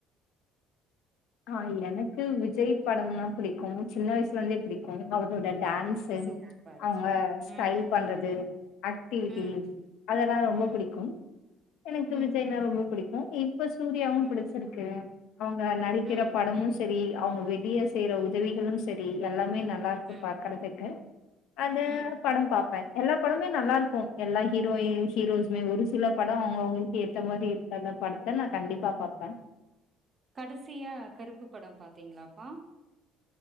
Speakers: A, on the left; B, on the right.
A: ஆஹ் எனக் க்கு விஜய் படம்னா புடிக்கும் சின்ன வயசுலருந்தே புடிக்கும் அவரோட டான் டான்ஸு
B: சூப்பர்
A: அவங்க ஸ்டைல்
B: ம்
A: பண்றது ஆக்டிவிட்டிஸ்
B: ம்
A: அதெல்லாம் ரொம்ப
B: ம்
A: புடிக்கும் எனக்கு
B: ம்
A: விஜய்னா ரொம்ப புடிக்கும் <unintelligible> இப்ப சூர்யாவும்
B: ம்
A: புடிச்சிருக்கு அவங்க நடிப்
B: ம்
A: கிற படமும் சரி அவங்க வெளிய செய்ற உதவிகளு சரி எல்லாம் மே நல்லா இருக்கு
B: ம்
A: பாக்கறதுக்கு அது
B: ம்
A: படம் பாப்பன் எல்லா படமே நல்லா இருக்கு எல்லா ஹீரோயின் ஹீரோஸுமே ஒரு சில படம் அவங்கவுங்களுக்கு ஏத்த மாதிரி இருக்காத படத்தை நான் கண்டிப்பா பாப்பன்
B: கடைசியா கருப்பு படம் பார்த்த தீங்களாகா